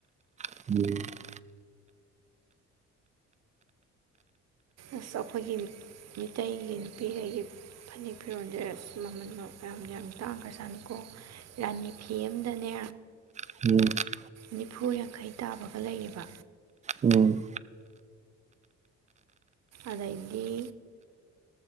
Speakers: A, on the right; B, on the right.
A: <unintelligible>
B: ꯑꯁ ꯑꯩꯈꯣꯏꯒꯤ ꯃꯤꯇꯩꯒꯤ ꯅꯨꯄꯤꯒꯩꯒꯤ ꯐꯅꯦꯛ ꯐꯤꯔꯣꯜꯖꯦ ꯑꯁ ꯃꯃꯜ ꯃꯌꯥꯝ ꯌꯥꯝ ꯇꯥꯡꯒꯔ ꯖꯥꯠꯅꯤꯀꯣ ꯔꯥꯅꯤ ꯐꯤ ꯑꯝꯗꯅꯦ
A: <unintelligible>
B: ꯅꯤꯐꯨ ꯌꯥꯡꯈꯩ ꯇꯥꯕꯒ ꯂꯩꯌꯦꯕ
A: ꯎꯝ
B: ꯑꯗꯒꯤ